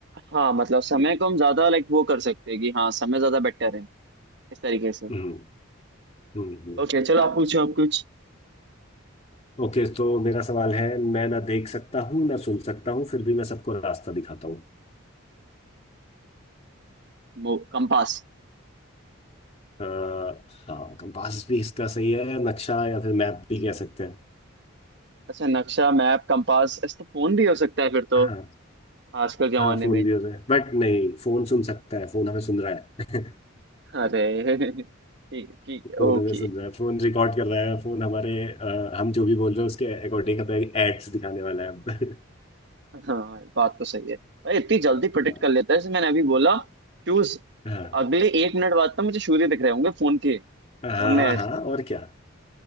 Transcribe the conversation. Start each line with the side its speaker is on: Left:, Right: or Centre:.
Right: हाँ मतलब समय को हम ज्यादा लाइक वो कर सकते हैं कि हाँ समय ज्यादा बेटर है इस तरीके से
Left: हम्म हम्म हम्म।
Right: ओके चलो आप पूछो आप कुछ
Left: ओके तो मेरा सवाल है मैं ना देख सकता हूँ ना सुन सकता हूँ फिर भी मैं सबको रास्ता दिखाता हूँ
Right: मो- कंपास
Left: अ, हाँ कंपास भी इसका सही है नक्शा या फिर मैप भी कह सकते हैं
Right: अच्छा नक्शा मैप कंपास ऐसा तो फोन भी हो सकता है फिर तो
Left: हाँ
Right: आजकल के जमाने
Left: हाँ फोन
Right: में
Left: भी हो रहा है बट नहीं फोन सुन सकता है फोन हमें सुन रहा है
Right: अरे <laughs> ठीक ठीक
Left: <laughs>
Right: है
Left: फोन
Right: ओके
Left: हमें सुन रहा है फोन रिकॉर्ड कर रहा है फोन हमारे अ, हम जो भी बोल रहे हैं उसके अकॉर्डिंग हमें एड्स दिखाने वाला है अब
Right: हाँ बात तो सही है भाई इतनी जल्दी प्रोटेक्ट
Left: <laughs>
Right: कर लेता है जैसे मैंने अभी बोला शूज
Left: हाँ
Right: अगले एक मिनट बाद तो मुझे सूर्य दिख रहे होंगे फोन के फोन
Left: हाँ
Right: में एड्स
Left: हाँ
Right: में
Left: और क्या